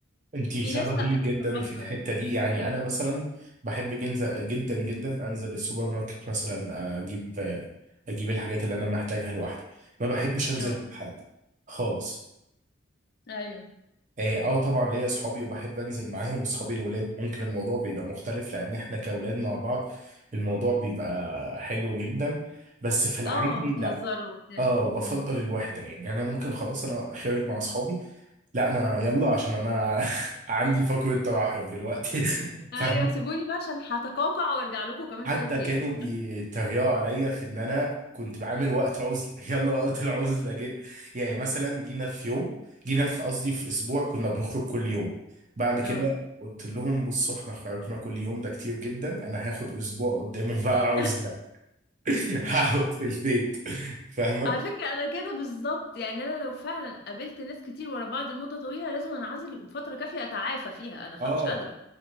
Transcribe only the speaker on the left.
في
ناس لا
الصحاب
اه
ايوه
اه وتهزروا
وبتاع
مم.
ايوه
سيبوني بقى عشان هتقوقع وارجع لكم كمان
ثلاث
ايام
اه
<laughs>
على فكرة أنا كده بالظبط يعني أنا لو فعلا قابلت ناس كتير ورا بعض لمدة طويلة لازم أنعزل فترة كافية أتعافى فيها أنا خ...
مش قادرة